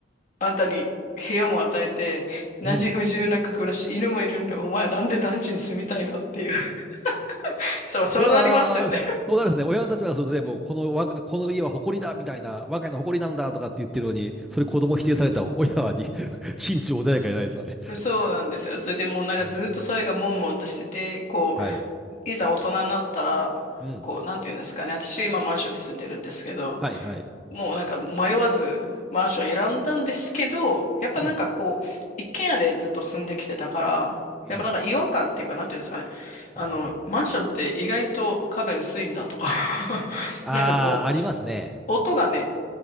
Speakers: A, on the left; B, in the centre.
A: あんたに部屋も与えて、何時不自由なく暮らし、
B: う。うん。
A: 犬もいるんで、お前なんで団地に住みたいのっていう。<laughs> そう、そうなりますよね。
B: そら、そうなりますね。親たちはそれで、もう、この我が、この家は誇りだみたいな、我が家の誇りなんだとかって言ってるのに、それ子供否定されたら親はり <laughs> 心中穏やかじゃないですわね。
A: <laughs> そうなんですよ。それでもうなんかずっとそれが悶々としてて、
B: えー
A: こ
B: はい。
A: う、いざ大人になったら、
B: うん。
A: こう、なんて言うんですかね。私今マンションに住んでるんですけど、
B: はい、はい。
A: もうなんか迷わずマンション選んだんですけど、やっぱなんかこう、
B: うん。
A: 一軒家でずっと住んできてたから、
B: うん。
A: やっぱなんか違和感っていうか、なんていうんですかね。あの、
B: あー
A: マンションって意外と壁薄いんだとか <laughs>
B: あー、
A: なんかこう、
B: ありますね。
A: 音がね、